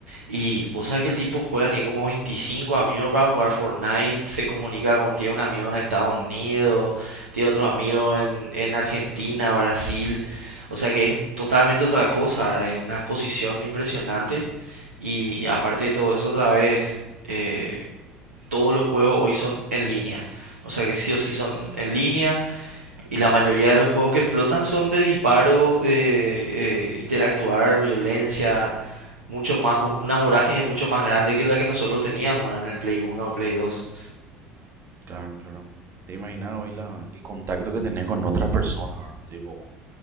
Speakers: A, on the right; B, on the right.
A: Y vos sabés que el tipo juega, tiene como 25 amigos para jugar Fortnite, se comunica con, tiene un amigo en Estados Unidos, tiene otro amigo en, en Argentina, Brasil. O sea que es totalmente otra cosa, ¿verdad? Es una exposición impresionante. Y aparte de todo eso, otra vez, eh, todos los juegos hoy son en línea. O sea que sí o sí son en línea. Y la mayoría de los juegos que explotan son de disparo, de eh, interactuar, violencia. Mucho más, una vorágine mucho más grande que la que nosotros teníamos ¿verdad? en el Play uno o el Play dos
B: Claro, claro. Te imaginas hoy la, el contacto que tenés con otras personas, ¿verdad? Tipo,